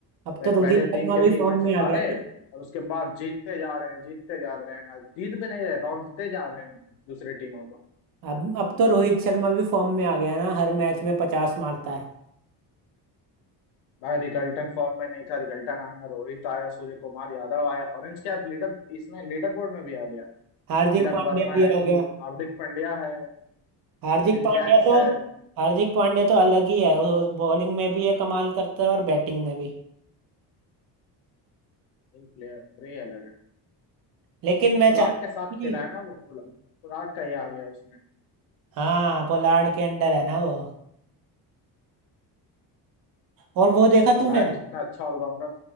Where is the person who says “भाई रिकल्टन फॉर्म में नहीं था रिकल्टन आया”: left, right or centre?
Left